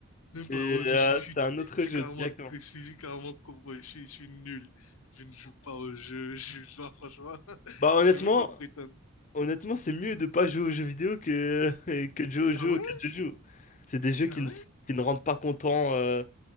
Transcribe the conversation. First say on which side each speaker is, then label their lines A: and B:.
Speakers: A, on the left; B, on the left.
A: Même
B: C'est
A: pas, ouais, moi,
B: euh,
A: je suis, je suis,
B: c'est un autre
A: je suis
B: jeu
A: carrément,
B: directement.
A: je suis carrément cowboy, je suis, je suis nul. Je ne joue pas au jeu, <laughs> je joue, franchement, <laughs>
B: Bah honnêtement,
A: je vais même pas prétendre.
B: honnêtement, c'est mieux de pas jouer aux jeux vidéo que <laughs> que de jouer aux jeux
A: Ah ouais?
B: auxquels je joue. C'est des jeux qui
A: Ah
B: ne
A: ouais?
B: qui ne rendent pas content euh,